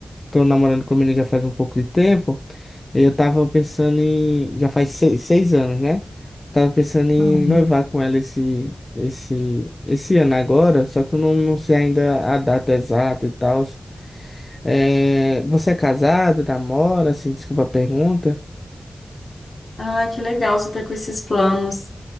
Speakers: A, on the left; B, on the left.
A: tô namorando com a menina já faz um pouco de tempo. E eu tava pensando em. Já faz seis, seis anos, né? Eu tava pensando em
B: Uhum.
A: noivar com ela esse, esse, esse ano agora, só que eu não, não sei ainda a data exata e tal. É, você é casado, namora, assim, desculpa a pergunta.
B: Ah, que legal você tá com esses planos.